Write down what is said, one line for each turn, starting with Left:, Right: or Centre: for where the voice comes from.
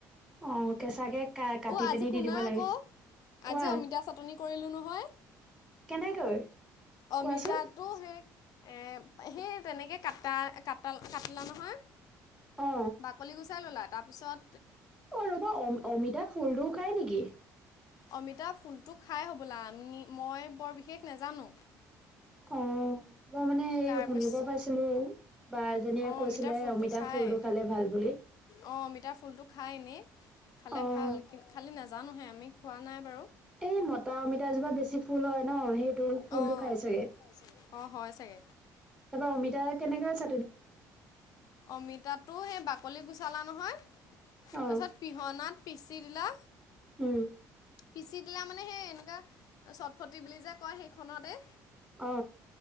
Centre: অ, কেঁচাকে কা কাটি
Left: অ' আজি
Centre: পিনি
Left: শুনা
Centre: দি দিব লাগে।
Left: আকৌ আজি
Centre: কোৱা?
Left: অমিতা চাটনি কৰিলোঁ নহয়।
Centre: কেনেকৈ,
Left: অমিতাটো
Centre: কোৱাচোন?
Left: সেই এ, সি তেনেকে কটা ক কাটলা নহয়,
Centre: অ
Left: বাকলি গুচাই ললা। তাৰ পিছত
Centre: অ, ৰবা অমিতা ফুলটো খাই নেকি?
Left: অমিতা ফুলটো খাই হ'বলা, মই বৰ বিশেষ নাজানো।
Centre: অ। মই মানে সেই
Left: তাৰপিছ
Centre: শুনিব পাইছিলো, বা এজনীয়ে
Left: অঁ
Centre: কৈছিলে
Left: অমিতাৰ
Centre: অমিতা
Left: খায়
Centre: ফুলটো খালে ভাল বুলি।
Left: অঁ, অমিতাৰ ফুলটো খায় এনেই। খালে
Centre: অ',
Left: ভাল খালি নাজানোহে আমি খোৱা নাই বাৰু।
Centre: এই মতা অমিতা জোপা বেছি ফুল হয়। ন? সেইটো ফুল
Left: অঁ
Centre: টো খাই
Left: অঁ হয় ন,
Centre: চাগে।
Left: অৰিজিনেল ফুলটো খাই চাগে অ হয় চাগে।
Centre: তাৰপা অমিতা কেনেকে চ
Left: অমিতাতটো সেই বাকলি গোচালা নহয়। <unintelligible> তাৰ
Centre: অ',
Left: পিছত পিহনাত পিচি দিলা।
Centre: উম।
Left: পিচি দিলা মানে সেই এনেকা চটফটি বুলি যে কয় সেইখনতে। <unintelligible>
Centre: অ।